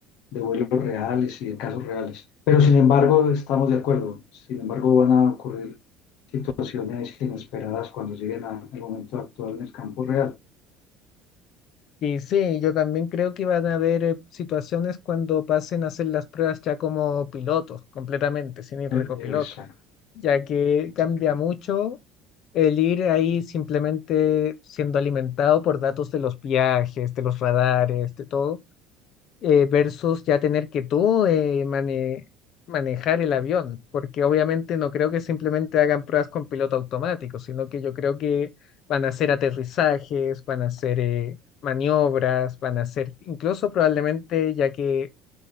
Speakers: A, on the left (about 60°); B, on the left (about 45°).
A: de vuelos reales y de casos reales. Pero sin embargo, estamos de acuerdo, sin embargo van a ocurrir situaciones inesperadas cuando lleguen a- al momento actual del campo real.
B: Y sí, yo también creo que van a haber eh, situaciones cuando pasen a hacer las pruebas ya como pilotos, completamente, sin ir
A: El-
B: de copiloto.
A: Exacto.
B: ya que
A: exacto.
B: cambia mucho el ir ahí simplemente siendo alimentado por datos de los viajes, de los radares, de todo, eh, versus ya tener que tú eh, mane- manejar el avión, porque obviamente no creo que simplemente hagan pruebas con piloto automático, sino que yo creo que van a hacer aterrizajes, van a hacer eh, maniobras, van a hacer incluso probablemente ya que